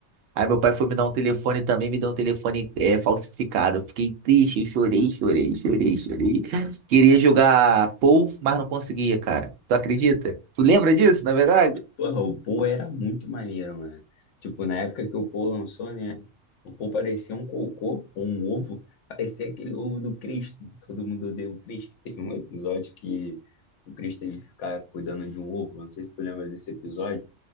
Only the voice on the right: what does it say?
Aí meu pai foi me dar um telefone também, me deu um telefone é, falsificado. Eu fiquei triste, eu chorei, chorei, chorei, chorei. Queria jogar Pou, mas não conseguia, cara. Tu acredita? Tu lembra disso, na verdade?